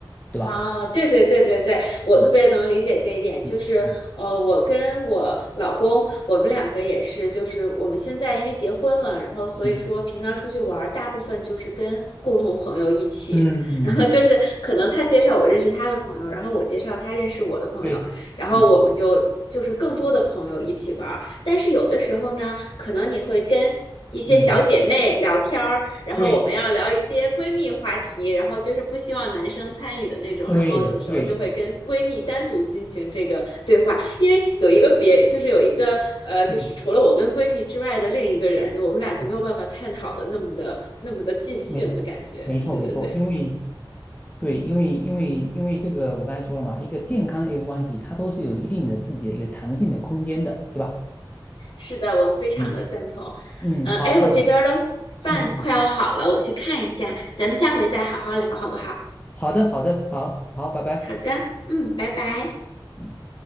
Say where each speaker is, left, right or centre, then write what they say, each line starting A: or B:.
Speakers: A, on the left; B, on the left.
A: 对吧？
B: 啊，对对对对对，我特别能理解这一点。
A: 嗯
B: 就是，
A: 嗯嗯
B: 呃，我跟我老公，我们两个也是，就是我们现在因为结婚了，然后所以说平常出去玩儿，
A: 嗯
B: 大部分就是跟共同朋友一起。
A: 嗯，嗯
B: 然后就是可能他介绍我认识他的朋友，然后我介绍他认识我的朋友，
A: 对，
B: 然后我们就就是更多的朋友一起玩儿。
A: 嗯
B: 但是有的时候呢，可能你会跟一些小姐妹聊天儿，
A: 嗯，
B: 然后我们要聊一些闺蜜话题，
A: 对，
B: 然后就是不希望男生参与的那种，
A: 对，
B: 然后有的时候就会跟闺蜜单独进行这个对话，
A: 对，
B: 因为有一个别，就是有一个呃，就是除了我跟闺蜜之外的另一个人，
A: 嗯，
B: 我们俩就没有办法探讨的那么的那么的尽兴的感觉。
A: 嗯，没，没错没错，
B: 对对对，
A: 因为对，因为因为因为这个我刚才说了嘛，一个健康的一个关系，它都是有一定的自己的一个弹性的空间的，对吧？
B: 是的，我非常的赞同。
A: 嗯嗯，
B: 嗯、
A: 好的，
B: 呃，哎，我这边儿的饭快要好了，
A: 好，嗯嗯，
B: 我去看一下，咱们下回再好好聊，好不好？
A: 好的，好的，好好，拜拜。
B: 好的，嗯，拜拜。
A: 嗯。